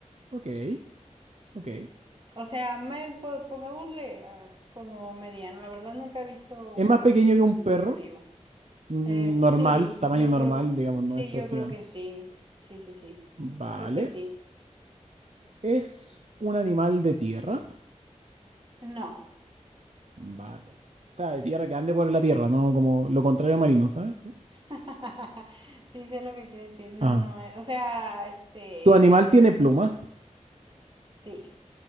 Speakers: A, on the right; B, on the right.
A: Ok, ok.
B: O sea, me, po- pongámosle ah, como mediano. La verdad nunca he visto
A: ¿Es
B: uno
A: más pequeño
B: en,
A: que un
B: en-
A: perro?
B: en vivo.
A: Mm,
B: Eh, sí,
A: Normal, tamaño
B: yo
A: normal,
B: creo que
A: digamos,
B: sí,
A: no estos
B: yo
A: gigantes.
B: creo que sí. Sí, sí, sí.
A: Vale.
B: Creo que sí.
A: ¿Es un animal de tierra?
B: No.
A: Vale. O sea, de tierra que ande por la tierra, ¿no? Como lo contrario a marino, ¿sabes? Sí.
B: <laughs> Sí sé lo que quiere decir. No,
A: Ah.
B: no. eh, O sea, este,
A: ¿Tu animal tiene plumas?
B: sí.